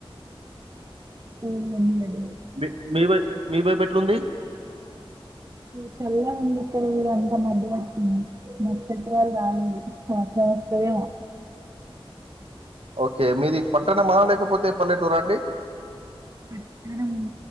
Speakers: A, on the right; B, on the right.
A: ఏమ్ అన్లేదు
B: మీ మీ వై మీ వైపు ఏట్లుంది
A: చల్ గా ఉంది ఇక్కడ గూడా అంతా మబ్బుపట్టింది మా పెద్దవాళ్ల్ రాలేదు వర్షమోస్తదేమో
B: ఒకే మీది పట్టణమా లేకపోతే పల్లెటూరాండి
A: పట్టణం